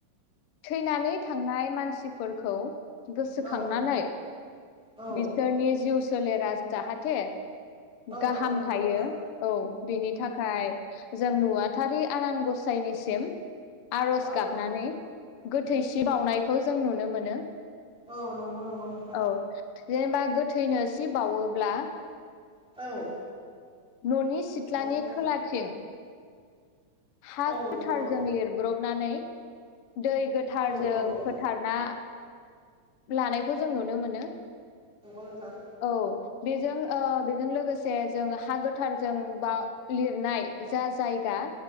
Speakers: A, on the left; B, in the centre.
A: थैनानै थांनाय मानसि फोरखौ गोसोखांनानै
B: औ औ
A: बिसोरनि जिउ सोलेरा जाहाथे
B: औ
A: गाहाम
B: औ नंगौ
A: थायो
B: नोंथां
A: औ बेनि थाखाय जों नुवाथारि आनान गसाइनिसिम आर'ज
B: औ
A: गाबनानै
B: औ
A: गोथैसि बावनायखौ जों नुनो मोनो।
B: औ नंगौ नंगौ नोंथां।
A: औ जेनेबा गोथैनो सि बावोब्ला -
B: औ
A: न'नि सिथ्लानि
B: नंगौ नोंथां
A: खोलाथिं हा
B: औ
A: गोथारजों
B: नंगौ
A: लिरब्रबनानै दै गोथारजों
B: औ औ औ
A: फोथारना लानायखौ जों नुनो मोनो।
B: नंगौ नोंथां
A: औ बेजों ओ बेजों लोगो से जों हा गोथारजों बा लिरनाय जा जायगा